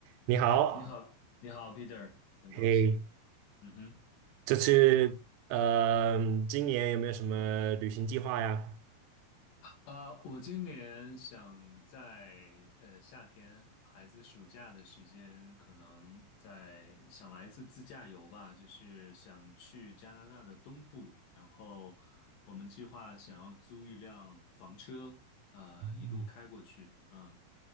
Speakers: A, on the right; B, on the left.
A: 你好，
B: 你好，你好，Peter，很高兴。
A: 嘿，
B: 嗯哼，
A: 这次呃，今年有没有什么旅行计划呀？
B: 呃，我今年想在呃夏天孩子暑假的时间，可能在想来一次自驾游吧，就是想去加拿大的东部，然后我们计划想要租一辆房车，呃，
A: 嗯
B: 一路开过去。啊。